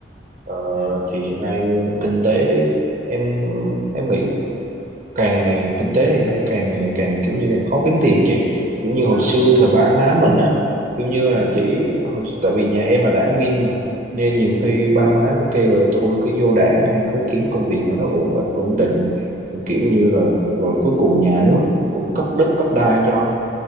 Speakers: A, on the right (about 50°); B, on the right (about 75°).
A: ờ,
B: ừ
A: thì hiện nay kinh tế em em nghĩ càng ngày kinh tế hiện nay càng ngày càng kiểu như càng khó kiếm tiền vậy kiểu như
B: ờ,
A: hồi xưa thời ba má mình á kiểu như
B: ờ,
A: là chỉ hồi, tại vì nhà em là đảng viên mà nên nhiều khi ba má cứ kêu là thôi cứ vô đảng hay cứ kiếm công việc nào nó ổn ổn định Thì kiểu như là rồi cuối cùng nhà nước cũng cấp đất cấp đai cho